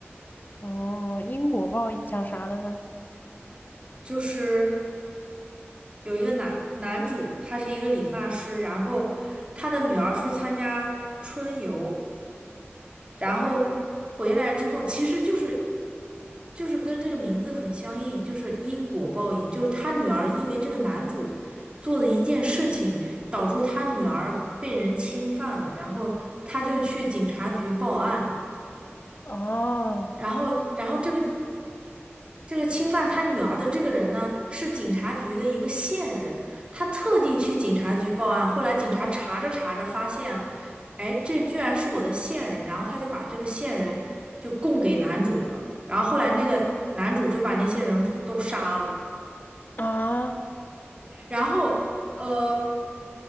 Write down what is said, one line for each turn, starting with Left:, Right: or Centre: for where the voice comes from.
Left: 哦，因果报应讲啥的呢？
Right: 就是有一个男男主，他是一个理发师，然后他的女儿去参加春游。然后回来之后，其实就是就是跟这个名字很相应，就是因果报应，就是他女儿因为这个男主做的一件事情，导致他女儿被人侵犯了，然后他就去警察局报案，
Left: 哦
Right: 然后然后这个这个侵犯他女儿的这个人呢，是警察局的一个线人，他特地去警察局报案。后来警察查着查着发现了，哎，这居然是我的线人，然后他就把这个线人就供给男主了。然后后来那个男主就把那些人都杀了。
Left: 啊，
Right: 然后呃，